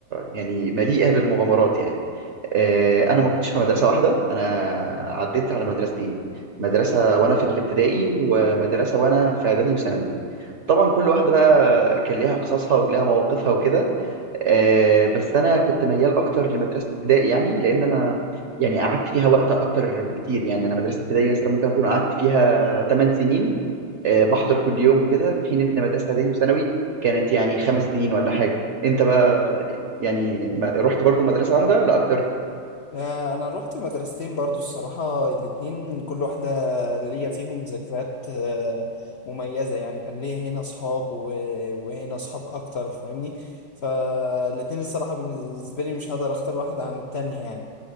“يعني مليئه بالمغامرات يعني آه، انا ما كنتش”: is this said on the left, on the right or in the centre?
Right